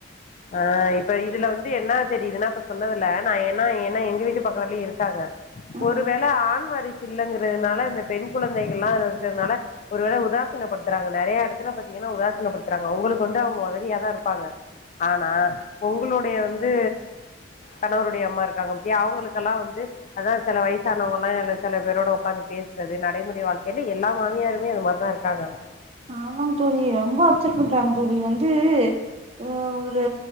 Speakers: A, on the left; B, on the right.
A: ஆ இப்ப இதுல வந்து என்னா தெரியிதுன்னா இப்ப சொன்னதுல நா ஏன்னா என்ன எங்க வீட்டு பக்கத்துலயு இருக்காங்க
B: ஆ
A: ஒருவேள ஆண் வாரிசு இல்லங்குறதுனால இந்த பெண் குழந்தைகள்லா இருக்குறதுனால ஒரு வேள உதாசனப்படுத்துறாங்க நறைய எடத்துல பாத்தீங்கன்னா உதாசனப்படுத்துறாங்க உங்களுக்கு வந்து அவங்க உதவியா தா இருப்பாங்க ஆனா உங்களுடைய வந்து கணவருடைய அம்மா இருக்காங்க பாத்தியா அவங்களுக்கெல்லா வந்து அதா சில வயசானவங்கல்லா இல்ல செல பேரோட உக்காந்து பேசுறது நடைமுறை வாழ்க்கையில எல்லா மாமியாருமே அது மார் தா இருக்காங்கான
B: ஆமாங் தோழி ரொம்ப அப்செர்ட் பண்றாங்க தோழி வந்து ஒரு